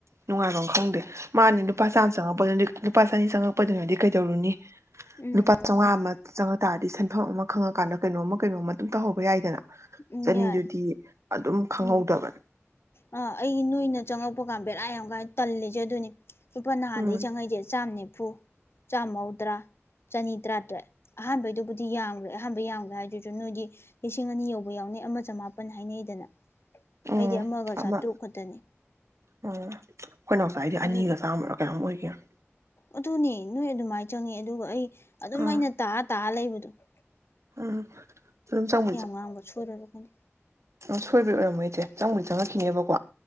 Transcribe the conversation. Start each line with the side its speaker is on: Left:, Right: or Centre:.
Right: ꯅꯨꯡꯉꯥꯏꯐꯝ ꯈꯪꯗꯦ ꯃꯥꯅꯤ ꯂꯨꯄꯥ ꯆꯥꯝꯃ ꯆꯪꯉꯛꯄꯗ ꯂꯨꯄꯥ ꯆꯅꯤ ꯆꯪꯉꯛꯄꯗꯨꯅꯗꯤ ꯀꯩꯗꯧꯔꯨꯅꯤ
Left: ꯎꯝ
Right: ꯂꯨꯄꯥ ꯆꯧꯉꯥ ꯑꯃ ꯆꯪꯉ ꯇꯥꯔꯗꯤ ꯁꯦꯟꯐꯝ ꯑꯃ ꯈꯪꯉꯀꯥꯟꯗ ꯀꯩꯅꯣꯝꯃ ꯀꯩꯅꯣꯝꯃ ꯑꯗꯨꯝ ꯇꯧꯍꯧꯕ ꯌꯥꯏꯗꯅ
Left: ꯎꯝ
Right: ꯆꯅꯤꯗꯨꯗꯤ
Left: ꯌꯥꯏ
Right: ꯑꯗꯨꯝ ꯈꯪꯍꯧꯗꯕꯅꯦ
Left: ꯎꯝ ꯑ ꯑꯩ ꯅꯣꯏꯅ ꯆꯪꯉꯛꯄ ꯕꯦꯔꯥ ꯌꯥꯝ ꯀꯥꯏ ꯇꯜꯂꯤꯁꯦ ꯑꯗꯨꯅꯤ ꯂꯨꯄꯥ ꯅꯍꯥꯟꯗꯒꯤ
Right: ꯎꯝ
Left: ꯆꯪꯉꯏꯁꯦ ꯆꯥꯝꯅꯦꯕ ꯅꯤꯐꯨ ꯆꯥꯝꯃꯧꯗ꯭ꯔꯥ ꯆꯅꯤ ꯇꯔꯥꯇꯔꯦꯠ ꯑꯍꯥꯟꯕꯩꯗꯨꯕꯨꯗꯤ ꯌꯥꯝ ꯑꯍꯥꯟꯕ ꯌꯥꯝꯒꯦ ꯍꯥꯏꯗꯨꯁꯨ ꯅꯣꯏꯗꯤ ꯂꯤꯁꯤꯡ ꯑꯅꯤ ꯌꯧ ꯌꯥꯎꯅꯤ ꯑꯃ ꯆꯃꯥꯄꯟ ꯍꯥꯏꯅꯩꯗꯅ
Right: ꯎꯝ
Left: ꯑꯩꯗꯤ ꯑꯃꯒ
Right: ꯑꯃ
Left: ꯆꯥꯇ꯭ꯔꯨꯛ ꯈꯛꯇꯅꯤ
Right: ꯎꯝ ꯑꯩꯈꯣꯏꯅ ꯅꯥꯎꯆꯥꯗꯤ
Left: ꯑꯗꯨ
Right: ꯑꯅꯤꯒ ꯆꯥꯝꯃꯔ ꯀꯌꯥꯃꯨꯛ ꯑꯣꯏꯒꯦ ꯀ <inaudible>
Left: ꯑꯗꯨꯅꯦ ꯅꯣꯏ ꯑꯗꯨꯃꯥꯏꯅ ꯆꯪꯉꯦ ꯑꯗꯨꯒ ꯑꯩ ꯑꯗꯨꯝ
Right: ꯑꯥ
Left: ꯑꯩꯅ ꯇꯥ ꯇꯥ ꯂꯩꯕ ꯍꯣ <inaudible>
Right: ꯎꯝ ꯑꯗꯨꯝ ꯆꯪ
Left: ꯉꯥꯡꯕ ꯁꯣꯏꯔꯨꯔꯕꯅꯤ
Right: ꯆꯪꯕꯨꯗꯤ ꯆꯪꯉꯛꯈꯤꯅꯦꯕꯀꯣ